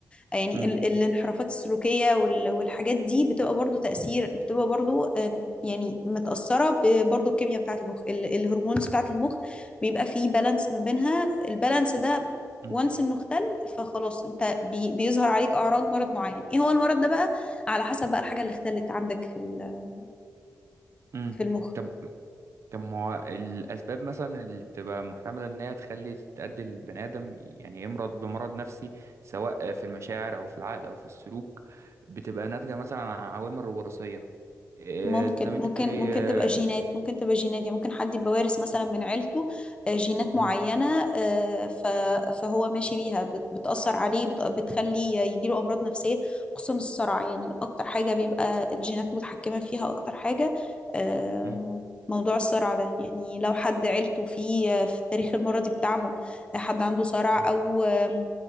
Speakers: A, on the left (about 20°); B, on the right (about 55°).
A: يعني
B: امم
A: ال الانحرافات السلوكية وال والحاجات دي بتبقى برضو تأثير بتبقى برضو آه، يعني متأثرة ب- برضو الكيمياء بتاعة المخ ال الهرمونز بتاعة المخ بيبقى فيه بالانس ما بينها البالانس ده
B: امم
A: وانس انه اختل فخلاص انت بي بيظهر عليك اعراض مرض معين ايه هو المرض ده بقى على حسب بقى الحاجه اللي اختلت عندك في ال-
B: امم
A: في المخ
B: طب طب ما هو الاسباب مثلا اللي بتبقى محتمله ان هي تخلي تؤدي البني ادم يعني يمرض بمرض نفسي سواء في المشاعر او في العقل او في السلوك بتبقى ناتجه مثلا عن عوامل وراثيه آه،
A: ممكن
B: زي ما انت
A: ممكن
B: بتقولي
A: ممكن
B: آه،
A: تبقى جينات ممكن تبقى جينات يعني ممكن حد يبقى وارث مثلا من عيلته آه، جينات
B: مم،
A: معينة آه، ف- فهو ماشي بيها بت- بتأثر عليه بت- بتخليه يجيله أمراض نفسية خصوصا الصرع يعني أكتر حاجة بيبقى الجينات متحكمة فيها أكتر حاجة آه،
B: مم،
A: موضوع الصرع ده يعني لو حد عيلته فيه آه، في التاريخ المرضي بتاعهم آه، حد عنده صرع
B: مم،
A: أو آه،